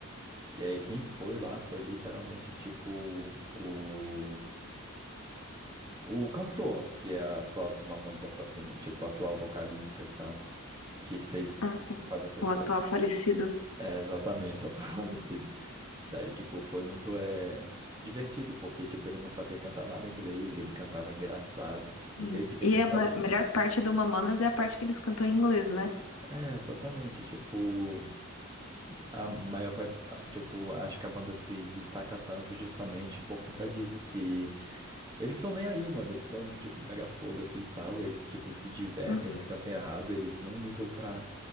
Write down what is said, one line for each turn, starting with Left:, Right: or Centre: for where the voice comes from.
Right: E aí quem foi lá foi literalmente tipo o, o cantor, que é a atual do Mamonas Assassina, tipo a atual vocalista e tal, que fez
Left: Ah, sim.
Right: fazer sucesso.
Left: O atual falecido.
Right: É exatamente, a atual <laughs> falecida. Daí, tipo, foi muito é, divertido, porque, tipo, ele não sabia cantar nada em inglês, ele cantava engraçado,
Left: Sim.
Right: e meio que fez
Left: E
Right: sucesso.
Left: a ma-
Right: por-
Left: melhor parte do Mamonas é a parte que eles cantam em inglês, né?
Right: É, exatamente, tipo, a maior parte, tipo, acho que a banda se destaca tanto justamente por conta disso, que Eles são nem aí, mano. Eles são, tipo, mega foda-se e tal. Eles, tipo, se divertem,
Left: Uhum.
Right: eles cantam errado. Eles não ligam pra